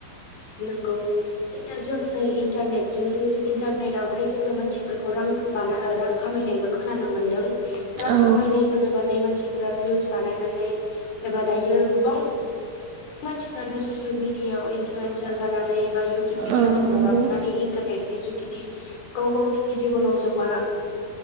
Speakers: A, on the left; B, on the right.
A: नंगौ खिनथु जों नै इन्टारनेटजों इन्टारनेटवहाय जोङो मानसिफोरखौ रां <unintelligible> ओ रां खामायनायबो खोनानो मोनदों रां
B: औ
A: खामायनाय होनोबा नै मानसिया फ्रा भिउस बानायनानै एबा दायो गोबां मानसिफ्रानो ससियेल मिडियाायाव इनफ्लुयेन्सार जानानै बा इउटुब भिडिअफोर
B: औ नंगौ
A: हगारनानै इन्टारनेटनि जुगि दि गाव गावनि जिबनाव जौगालां